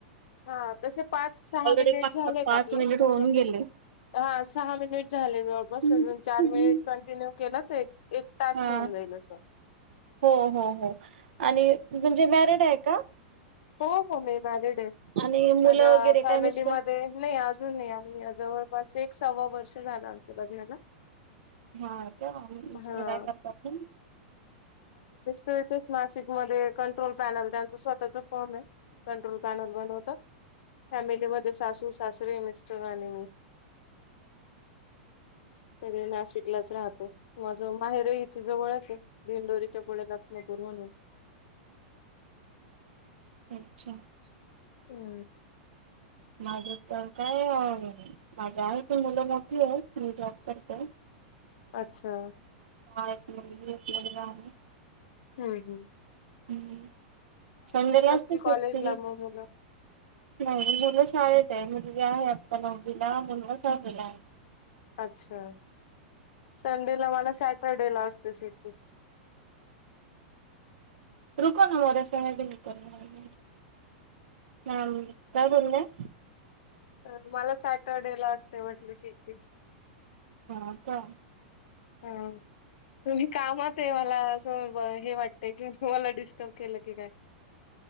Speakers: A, on the left; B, on the right.
A: हा तसे पाच सहा
B: ऑलरेडी
A: मिनिट झालेत
B: पाच
A: आपले
B: मिनिट
A: म्ह
B: होऊन गेले
A: हा सहा मिनिट झाले जवळपास
B: हा
A: अजून चार मिनिट कंटिन्यू केलं तर एक टास्क
B: हा
A: होऊन जात इ लस
B: हो हो हो आणि म्हणजे मॅरेड आहे का?
A: हो हो मी मॅरिड आहे,
B: आणि मुलं
A: माझ्या
B: वगैरे
A: फॅमिलीमध्ये
B: काय मिस्टर
A: नाही अजून नाही आम्ही जवळपास एक सव्वा वर्ष झालं आमचं लग्नाला
B: हा का मिस्टर
A: हा
B: काय करतात?
A: त इथच नासिकमध्ये कंट्रोल पॅनल त्यांचा स्वतःचा फॉर्म आहे. कंट्रोल पॅनल बंद होत फॅमिलीमध्ये सासू सासरीे मिस्टर आणि मी सगळे नाशिकलाच राहतो माझ माहेर इथे जवळच आहे भेंदोडीच्या पुढे लखनपूर म्हणून <inaudible>
B: अच्छा
A: हम्म
B: माझ तर काय माझ आहे तर मुलं मोठी आहेत मी जॉब करते.
A: अच्छा
B: हेत रेत जा <inaudible>
A: हम्म हम्
B: हम संडेला असते
A: की
B: सुट्टी,
A: कॉलेजला मग मुलं
B: नाही <inaudible> मुलं शाळेत आहे. आहे आत्ता नववीला मुलगा सहावीला आहे.
A: अच्छा संडेला मला सॅटरडे ला असते सु ट्टी
B: रुको ना मोद्या स करणार <inaudible> ह काय बोलले?
A: अ मला सॅटरडे ला असते म्हटलं सुट्टी.
B: हा का
A: हा तुम्ही कामात आहे मला असं हे वाटतय कि तुम्हाला डिस्टर्ब केलं की काय